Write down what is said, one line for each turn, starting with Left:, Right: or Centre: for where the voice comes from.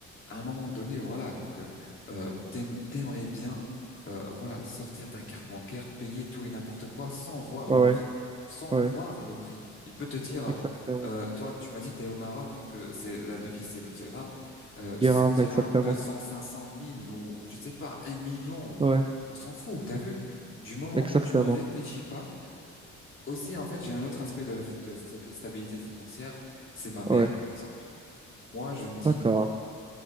Left: à un moment donné, voilà, donc euh, euh, t'aim- t'aimerais bien, euh, voilà, sortir ta carte bancaire, payer tout et n'importe quoi sans voir
Right: Ouais,
Left: le
Right: ouais,
Left: prix, sans
Right: ouais,
Left: voir le prix. Il peut te dire, euh,
Right: exactement.
Left: euh, toi, tu m'as dit t'es au Maroc, donc euh, c'est la devise, c'est le dirham, euh, 100
Right: Dirhams,
Left: dirhams,
Right: exactement.
Left: deux cents, cinq cent, mille ou je sais pas, un million, ou-
Right: Ouais,
Left: on s'en fout. T'as vu? Du moment
Right: exactement.
Left: où tu ne réfléchis pas, aussi, en fait, j'ai un autre aspect de la, f- de la sta- stabilité financière, c'est ma mère,
Right: Ouais,
Left: par exemple. Moi, je me dis,
Right: d'accord.